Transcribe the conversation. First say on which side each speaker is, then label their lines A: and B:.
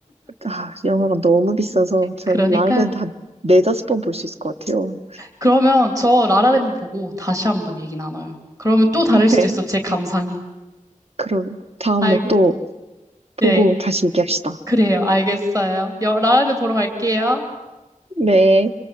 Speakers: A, on the right (about 50°); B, on the right (about 25°).
A: 아, 영화가 너무 비싸서 전
B: 그러니까요.
A: 라라랜드 한 네다섯 번 볼 수 있을 것 같아요.
B: 그러면 저 라라랜드 보고 다시 한번 얘기 나눠요. 그러면 또 다를
A: <laughs>
B: 수도
A: 네.
B: 있어, 제 감상이.
A: 그럼 다음에
B: 알겠,
A: 또 보고
B: 네,
A: 다시 얘기합시다.
B: 그래요. 알겠어요. 여, 라라랜드 보러 갈게요.
A: 네.